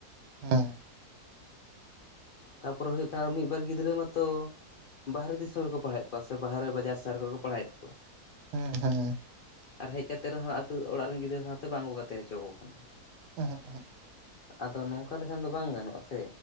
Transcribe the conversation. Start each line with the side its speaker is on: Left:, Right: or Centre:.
Right: ᱦᱩᱸ
Left: ᱛᱟᱯᱚᱨᱮ ᱦᱩᱭᱩᱜ ᱠᱟᱱᱟ ᱢᱤᱫᱵᱟᱨ ᱜᱤᱫᱽᱨᱟᱹ ᱢᱟᱛᱚ ᱵᱟᱦᱨᱮ ᱫᱤᱥᱚᱢ ᱨᱮᱠᱚ ᱯᱟᱲᱦᱟᱣᱮᱫ ᱠᱚᱣᱟ ᱥᱮ ᱵᱟᱦᱨᱮ ᱵᱟᱡᱟᱨ ᱥᱟᱦᱟᱨ ᱠᱚᱨᱮ ᱠᱚ ᱯᱟᱲᱦᱟᱣᱮᱫ ᱠᱚᱣᱟ
Right: ᱦᱮᱸ ᱦᱮᱸ
Left: ᱟᱨ ᱦᱮᱡ ᱠᱟᱛᱮ ᱨᱮᱦᱚᱸ ᱟᱹᱛᱩ ᱚᱲᱟᱜ ᱨᱤᱱ ᱜᱤᱫᱽᱨᱟᱹ ᱥᱟᱶᱛᱮ ᱵᱟᱝᱠᱚ ᱜᱟᱛᱮ ᱦᱚᱪᱚ ᱠᱚ ᱠᱟᱱᱟ᱾
Right: ᱮᱦᱮᱸᱜ ᱮᱦᱮᱸᱜ᱾
Left: ᱟᱫᱚ ᱱᱚᱝᱠᱟ ᱞᱮᱠᱷᱟᱱ ᱫᱚ ᱵᱟᱝ ᱜᱟᱱᱚᱜ-ᱟ ᱥᱮ